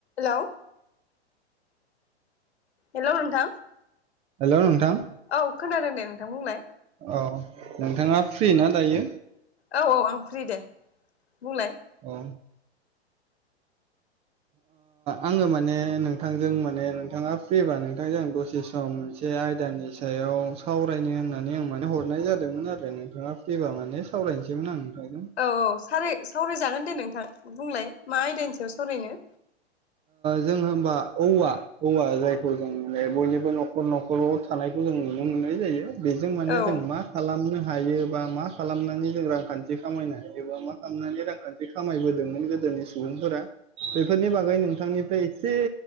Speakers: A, on the left; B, on the right.
A: हेल' hello नोंथां
B: hello नोंथां
A: औ खोनादों दे नोंथांमोन बुंलाय
B: औ नोंथाङा फ्रि ना दायो?
A: औ औ आं फ्रि दे बुंलाय
B: औ आङो माने नोंथांजों माने नोंथाङा फ्रिबा नोंथांजों आं दसे सम मोनसे आयदानि सायाव सावरायनो होननानै आं माने हरनाय जादोंमोन आरो नोंथाङा फैबा माने सावराय फरायनोसैमोन आं नोंथांजों
A: औ औ स सावरायजागोन दे नोंथां बुंलाय मा आयदानोसो सावरायनो
B: जों हबा औवा औवा जायखौ जों माने बयनिबो न'खर न'खराव थानाय जों नुनो मोननाय जायो बेजों माने
A: औ
B: जों मा खालामनो ह हायो बा मा खालामनानै जों रांखान्थि खामायनो हायो बा मा खालामनानै रांखान्थि खामायबोदोंमोन गोदो नि सुबुंफोरा बेफोरनि बागै नोंथांनिफ्राय एसे